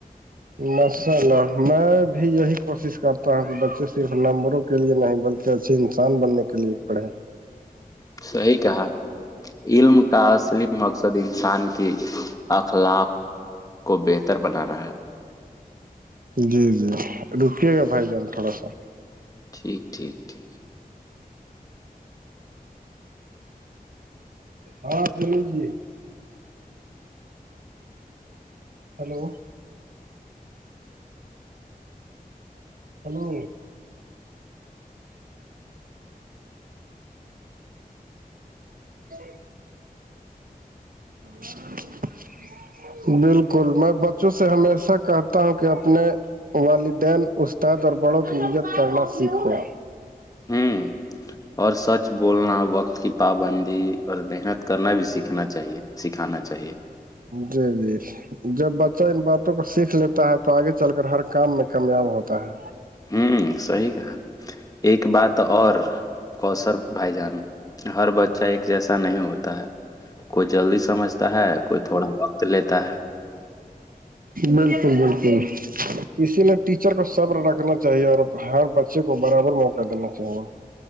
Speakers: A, on the right (about 65°); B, on the left (about 25°).
A: ماشاء اللہ میں بھی یہی کوشش کرتا ہوں کہ بچے صرف نمبروں کے لیے نہیں بلکہ ایسے انسان بننے کے لیے پڑھے
B: صحی کہا علم تصل مقصد انسان کی اخلاق کو بہتر بنانا ہے
A: جی جی رکیے گا بھائی جان تھوڑا سا
B: ٹھیک ٹھیک ٹھیک
A: ہاں پل جی ہلو ہلو بر <unintelligible> بالکل میں بچوں سے ہمیشہ کہتا ہوں کہ اپنے والدین استاد اور بڑوں کی عزت کرنا سیکھ ہوا
B: ہوں اور سچ بولنا وقت کی پابندی اور محنت کرنا بھی سیکھنا چاہیے سکھانا چاہیے
A: جی جی جب بچہ ان باتوں کو سیکھ لیتا ہے تو آگے چل کر ہر کام میں کامیاب ہوتا ہے
B: ہوں صحی کہا ایک بات اور کوسر بھائی جان ہر بچہ ایک جیسا نہیں ہوتا ہے کوئی جلدی سمجھ ہے کوئی تھوڑا وقت لیتا ہے
A: بالکل بالکل اسی لیے ٹیچر کو صبر رکھنا چاہیے اور ہر بچے کو برابر موقع دینا چاہیے